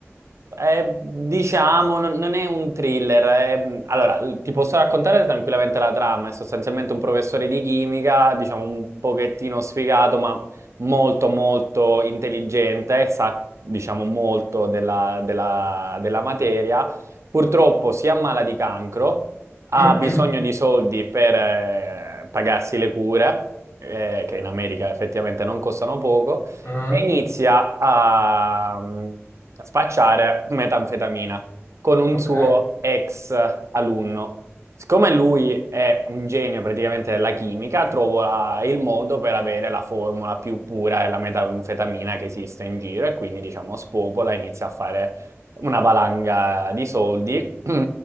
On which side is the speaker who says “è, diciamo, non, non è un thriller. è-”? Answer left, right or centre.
Right